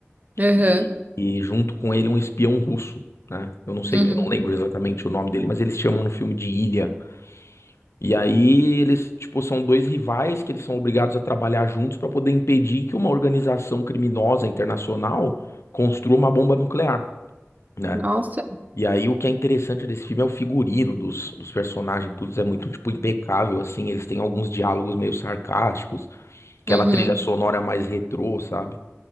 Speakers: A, on the right; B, on the left.
A: Uhum.
B: e, e junto com ele um espião russo, né? Eu não sei,
A: Uhum.
B: eu não lembro exatamente o nome dele, mas eles chamam no filme de Ilha. E aí eles, tipo, são dois rivais que eles são obrigados a trabalhar juntos para poder impedir que uma organização criminosa internacional construa uma bomba nuclear. Né?
A: Nossa.
B: E aí o que é interessante desse filme é o figurino dos, dos personagens, tudo é muito tipo impecável assim, eles têm alguns diálogos meio sarcásticos, aquela
A: Uhum.
B: trilha sonora mais retrô, sabe?